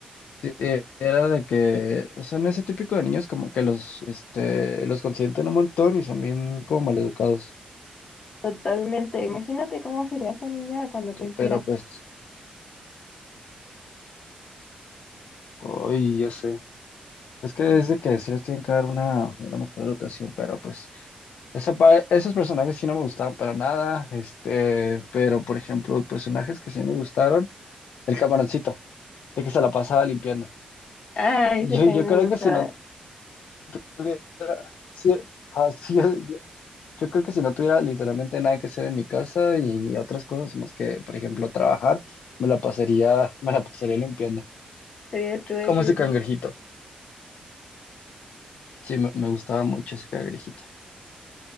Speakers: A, on the left; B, on the left.
A: sí, eh, era de que son ese típico de niños como que los, este, los consienten un montón y son bien como maleducados.
B: Totalmente. Imagínate cómo sería esa niña cuando creciera.
A: Pero pues, hoy ya sé. Es que desde que se les tienen que dar una, una mejor educación, pero pues esa pa- esos personajes sí no me gustaban para nada, este, pero por ejemplo, personajes que sí me gustaron, el camaroncito, de que se la pasaba limpiando.
B: Ah, ese
A: Yo,
B: también
A: yo creo
B: me gustaba.
A: que si no tuviera, si- ah, sí, yo, yo creo que si no tuviera literalmente nada que hacer en mi casa y otras cosas más que, por ejemplo, trabajar, me la pasaría, me la pasaría limpiando.
B: Serías tú ese
A: Como ese
B: día.
A: cangrejito. Sí, me, me gustaba mucho ese cangrejito.